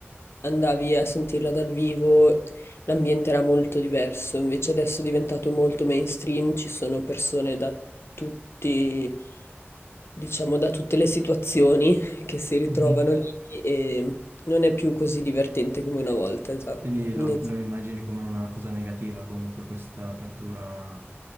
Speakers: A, on the left (about 65°); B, on the right (about 55°).
A: andavi a sentirla dal vivo l'ambiente era molto diverso, invece adesso è diventato molto mainstream, ci sono persone da tutti, diciamo, da tutte le situazioni <laughs> che si ritrovano
B: Mhm.
A: lì e... Non è più così divertente come una volta, esatto.
B: Quindi lo,
A: Ne-
B: lo immagini come una cosa negativa comunque questa apertura.